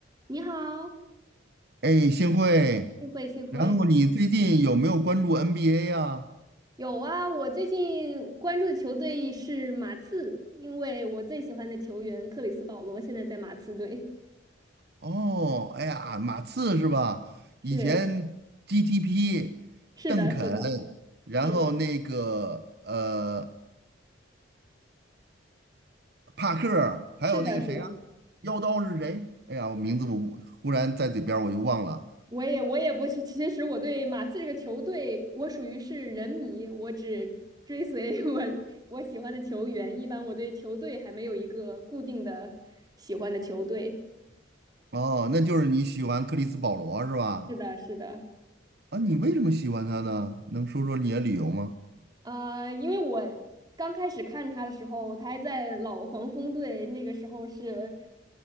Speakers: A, on the right (about 20°); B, on the right (about 55°).
A: 你好，
B: 哎，幸会。
A: 幸会幸会。
B: 然后你最近有没有关注 NBA 呀？
A: 有啊，我最近关注的球队是马刺，因为我最喜欢的球员克里斯保罗现在在马刺队。
B: 哦，哎呀，马刺是吧？以前
A: 是
B: GTP、
A: 是的，
B: 邓肯，
A: 是的，
B: 然后那个呃
A: 是的，
B: 帕克，还有那个谁呀、
A: 是的，是的。
B: 妖刀是谁？哎呀，我名字我忽然在嘴边儿我就忘了。
A: 我也我也不是，其实我对马刺这个球队，我属于是人迷，我只追随 <laughs> 我我喜欢的球员。一般我对球队还没有一个固定的喜欢的球队。
B: 哦，那就是你喜欢克里斯保罗是吧？
A: 是的，是的。
B: 啊，你为什么喜欢他呢？能说说你的理由吗？
A: 呃，因为我刚开始看他的时候，他还在老黄蜂队，那个时候是